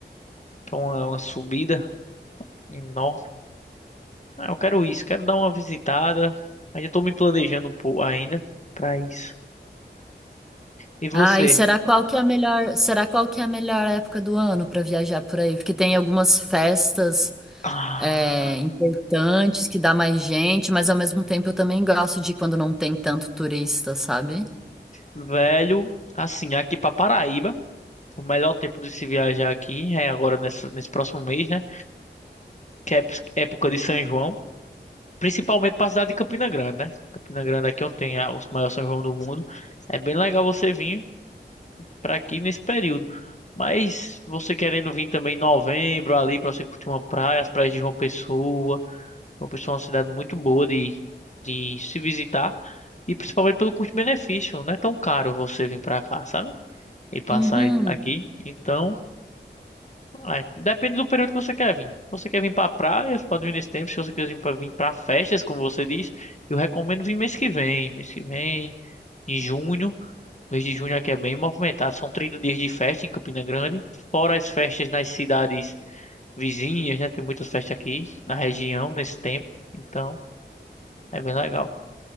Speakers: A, on the left (about 40°); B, in the centre.
A: que é uma, uma subida enorme. Ah, eu quero isso, quero dar uma visitada. Ainda tô me planejando um pouco ainda pra isso. E você?
B: Ah, e será qual que é a melhor, será qual que é a melhor época do ano para viajar por aí? Porque tem algumas festas
A: Ah,
B: é, importantes que dá mais gente, mas ao mesmo tempo eu também gosto de quando não tem tanto turista, sabe?
A: velho, assim, aqui pra Paraíba, o melhor tempo de se viajar aqui é agora nesse, nesse próximo mês, né? Que é época de São João. Principalmente para a cidade de Campina Grande, né? Campina Grande aqui é onde tem a- os maiores São João do mundo. É bem legal você vir para aqui nesse período. Mas você querendo vir também em novembro ali para você curtir uma praia, as praias de João Pessoa. João Pessoa é uma cidade muito boa de, de se visitar e principalmente pelo custo-benefício, não é tão caro você vir para cá, sabe? E passar
B: Uhum.
A: aqui. Então é, depende do período que você quer vir. Se você quer vir pra praia, você pode vir nesse tempo. Se você quiser vir pra, vir pra festas, como você diz, eu recomendo vir mês que vem. Mês que vem, em junho. Mês de junho aqui é bem movimentado. São 30 dias de festa em Campina Grande. Fora as festas nas cidades vizinhas, né? Tem muitas festas aqui na região nesse tempo. Então, é bem legal.